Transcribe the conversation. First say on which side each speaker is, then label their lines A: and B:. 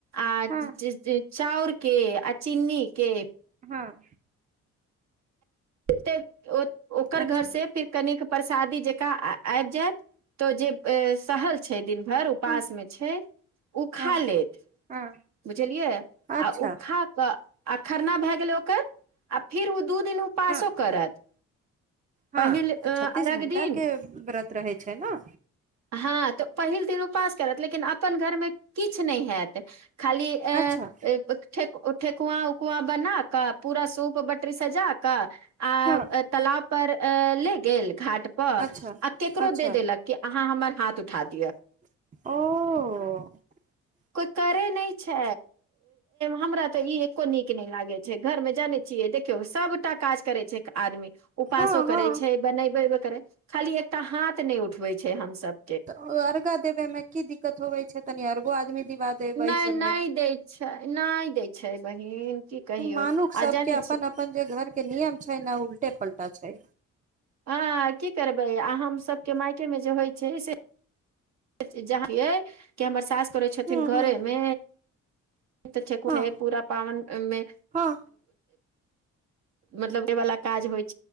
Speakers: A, on the right (about 60°); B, on the right (about 25°).
A: आ
B: हँ
A: जे जेक चाउर के आ चीनी के
B: हँ
A: तेक ओ ओकर घर
B: अच्छा
A: से फिर कनेक परसादी जकाँ आयब जायत त' जे शहर छै दिन घर उपास
B: हँ
A: मे छै उ खा
B: हँ
A: लेत
B: हँ
A: बुझलियै
B: अच्छा
A: आ उ खा कऽ आ खरना भए गेलै ओकर आ फिर ओ दू दिन पासो
B: हँ
A: करत
B: हँ
A: पहिल अ
B: ई तऽ छत्तीस
A: अर्घ
B: घंटाके
A: दिन
B: व्रत रहै छै ने
A: हँ तऽ पहिल दिन उपास करत लेकिन आपन घरमे किछ नहि हैत खाली अ
B: अच्छा
A: ठत् उ ठेकुआ उकुआ बना' क' पूरा सूप बटरी सजा कऽ आ
B: हँ
A: तलाब पर अए ले गेल घाट पर
B: अच्छा
A: आ केकरो
B: अच्छा
A: दे देलक कि अहाँ हमर हाथ उठा दे
B: ओ
A: कोइ करे नहि छै हमरा तऽ ई एको नीक नहि लागे छै घर मे जाने छियै देखियौ सबटा काज करय छै आदमी उपासो
B: हँ हँ
A: करे छै बनैबै करय खाली एकटा हाथ नै उठबै छै हमसब
B: तऽ ओ अर्गा देबे मे की दिक्कत होबे छै त तनि आरो आदमी दिवा देबै
A: नहि
B: सबमे
A: नहि दै छै नहि दै छै बहिन की कहियौ
B: मानुख
A: आ
B: सबके
A: जानै
B: अपन
A: छी
B: अपन जे घर के नियम छै ने उलटे पलटा छै
A: हँ की करबै आ हमसभके मायकेमे जे होइत छै से जहाँ य कि हमर सास करै छथिन
B: हूँ हूँ
A: घरेमे छै
B: हँ
A: पूरा पावनमे
B: हँ
A: मतलब देवा काज होइ